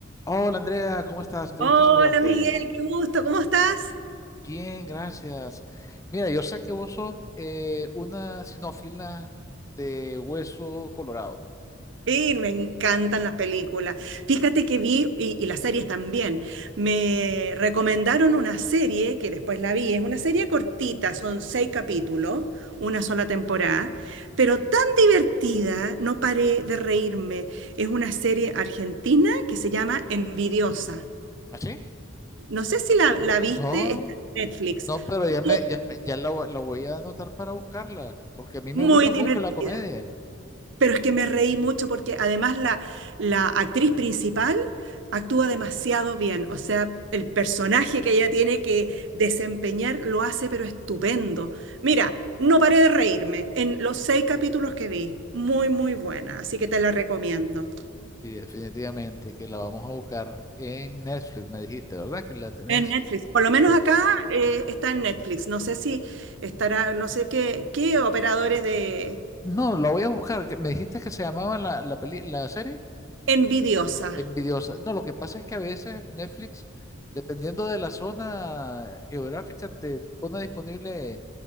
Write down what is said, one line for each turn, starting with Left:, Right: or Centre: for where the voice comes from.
Left: Hola Andrea, ¿cómo estás? Qué
Right: Hola
Left: gusto saludarte.
Right: Miguel, qué gusto, ¿cómo estás?
Left: Bien, gracias. Mira, yo sé que vos sos eh, una sinófila de hueso colorado.
Right: Sí, me encantan las películas. Fíjate que vi, y, y las series también, me recomendaron una serie que después la vi, es una serie cortita, son seis capítulos, una sola temporada, pero tan divertida, no paré de reírme. Es una serie argentina que se llama Envidiosa.
Left: ¿Así?
Right: No sé si la, la viste,
Left: No,
Right: está en Netflix.
Left: no, pero
Right: Muy,
Left: ya me, ya me- ya la, vo- la voy a anotar para buscarla, porque a mí
Right: muy
Left: me gusta
Right: divertida.
Left: mucho la comedia.
Right: Pero es que me reí mucho porque además la, la actriz principal actúa demasiado bien. O sea, el personaje que ella tiene que desempeñar lo hace, pero estupendo. Mira, no paré de reírme en los seis capítulos que vi. Muy, muy buena. Así que te la recomiendo.
Left: Y definitivamente que la vamos a buscar en Netflix, me dijiste, ¿verdad? Que la tenés.
Right: En Netflix. Por lo menos
Left: Ok.
Right: acá eh, está en Netflix. No sé si estará, no sé qué, qué operadores de
Left: No, la voy a buscar. que- Me dijiste que se llamaba la, la peli- la serie.
Right: envidiosa.
Left: Envidiosa. No, lo que pasa es que a veces Netflix, dependiendo de la zona geográfica, te pone disponible